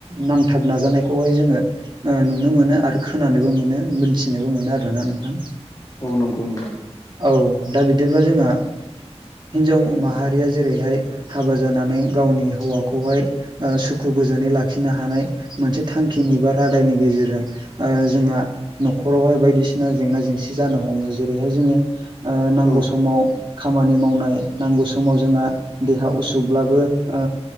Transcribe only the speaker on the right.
नांथाब नाजानायखौहाय जोङो ओ नुनो मोनो आरो खोनानोबो मोनो मोनथिनोबो मोनो आरोना नोंथां।
औ दा बिदिब्ला जोंहा हिनजाव माहारिया जेरैहाय हाबा जानानै गावनि हौवाखौहाय
ओ सुखु गोजोनै लाखिनो हानाय मोनसे थांखिनि बा रादायनि गेजेरजों ओ जोंहा न'खरावहाय बायदिसिना जेंना जेंसि जानो हमो जेरैहाय जोङो ओ नांगौ
समाव खामानि मावनाय नांगौ समाव जोंहा देहा उसुग उसुगब्लाबो ओ